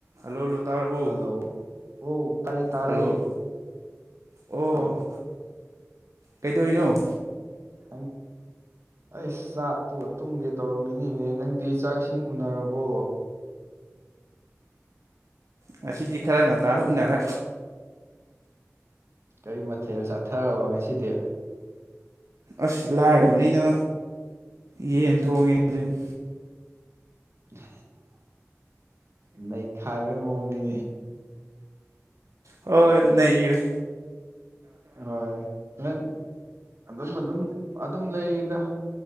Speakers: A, on the right; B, on the right.
A: Hello hello ꯇꯥꯔꯕꯣ
B: hello ꯑꯣ ꯇꯥꯔꯦ ꯇꯥꯔꯦ
A: ꯍꯜꯂꯣ ꯑꯣ
B: ꯑ
A: ꯀꯩꯗꯧꯔꯤꯅꯣ
B: ꯑꯩ ꯑꯩꯁ ꯆꯥꯛꯇꯣ ꯇꯨꯝꯒꯦ ꯇꯧꯔꯝꯃꯤꯅꯤꯅꯦ ꯅꯪꯗꯤ ꯆꯥꯛꯁꯤꯡ ꯎꯅꯔꯕꯣ꯫
A: ꯉꯁꯤꯗꯤ ꯈꯔ ꯉꯥꯟꯇꯥꯅ ꯎꯅꯔꯦ꯫
B: ꯀꯔꯤ ꯃꯊꯦꯜ ꯆꯥꯊꯔꯕ ꯉꯁꯤꯗꯤ꯫
A: ꯑꯁ ꯂꯥꯏꯔꯕꯅꯤꯅ ꯌꯦꯟ ꯊꯣꯡꯉꯦ ꯑꯗꯨꯅꯤ꯫
B: ꯅ ꯅꯩꯈꯥꯏꯕ ꯃꯑꯣꯡ <unintelligible>
A: ꯑꯣ ꯅꯩꯒ꯭ꯔꯦ꯫
B: ꯍꯣꯏ ꯍꫭꯔꯦꯟ ꯑꯗꯨꯝ ꯑꯗꯨꯝ ꯑꯗꯨꯝ ꯂꯩꯗ